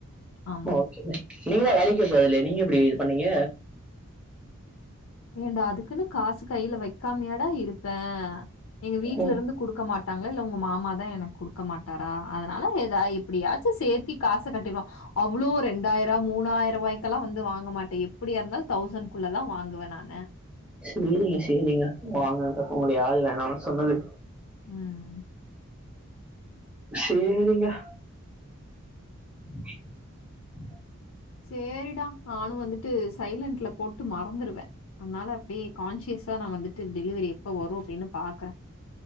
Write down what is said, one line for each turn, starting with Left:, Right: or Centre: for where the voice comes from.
Left: ஆமா.
Centre: ஓகே நீங்க தா வேலைக்கே போகல்லியே நீங்க எப்டி இது பண்ணீங்க
Left: ஏண்டா அதுக்குன்னு காசு கையில வைக்காமையாடா இருப்பே எங்க வீட்ல
Centre: ஓ!
Left: இருந்து கொடுக்க மாட்டாங்ளா இல்ல உங்க மாமா தா எனக்கு கொடுக்க மாட்டாரா அதனால எதா எப்படியாச்சும் சேர்த்தி காச கட்டிருவோ அவ்ளோ ரெண்டாயிரோ மூணாயிரோ ரூவாய்கெல்லா வந்து வாங்க மாட்டே எப்டி இருந்தாலூ தௌசண்ட குள்ள தா வாங்குவே நா ன்னோ
Centre: சேரிங்க சேரிங்க வாங்கங்க உங்கள யாரு வேணாம்னு சொன்னது
Left: ம்
Centre: சேரிங்க <inaudible>
Left: சேரிடா நானும் வந்துட்டு சைலன்ட்ல போட்டு மறந்துருவே அதனால அப்டியே கான்சியஸா நா வந்துட்டு டெலிவரி எப்ப வரு அப்டின்னு பாக்குறே.